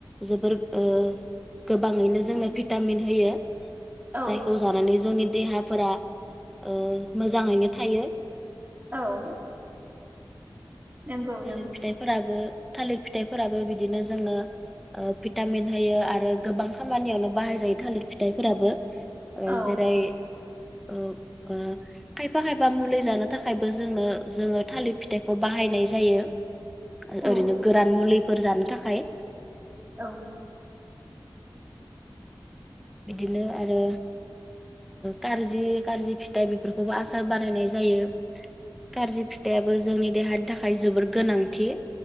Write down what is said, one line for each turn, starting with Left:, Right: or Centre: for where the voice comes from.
Centre: जोबोर ओ गोबाङैनो जोंनो भिटामिन होयो।
Right: औ
Centre: जायखौ जानानै जोंनि देहाफोरा ओ मोजाङैनो थायो।
Right: औ नंगौ
Centre: थालिर
Right: नंगौ
Centre: फिथाइफोराबो थालिर फिथाइफोराबो बिदिनो जोंनो ओ भिटामिन होयो आरो गोबां खामानियावनो बाहाय जायो थालिर फिथाइफोराबो
Right: औ
Centre: ओ जेरै ओ ओ खायफा खायफा मुलि जानो थाखायबो जोंनो जोङो थालिर फिथाइखौ बाहायनो नाय जायो
Right: औ
Centre: ओरैनो गोरान मुलिफोर जानो थाखाय
Right: औ।
Centre: बिदिनो आरो कारजि कारजि फिथाइ बेफोरखौबो आसार बानायनाय जायो। कारजि फिथाइआबो जोंनि देहानि थाखाय जोबोर गोनांथि।